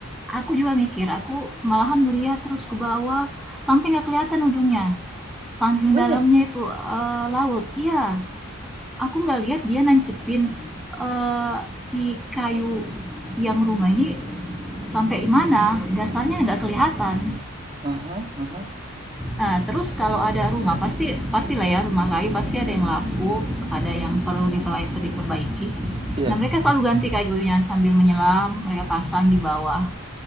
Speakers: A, in the centre; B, on the right.
A: aku juga mikir, aku malahan melihat terus ke bawah sampai nggak kelihatan ujungnya. Saking
B: Oh iya.
A: dalamnya itu eh, laut. Iya, aku nggak lihat dia nancepin eh, si kayu tiang rumah ini sampai mana, dasarnya nggak kelihatan.
B: Aha, aha.
A: Nah, terus kalau ada rumah pasti pastilah ya rumah kayu pasti ada yang lapuk, ada yang perlu diperbaiki.
B: Iya.
A: Nah, mereka selalu ganti kayunya sambil menyelam, mereka pasang di bawah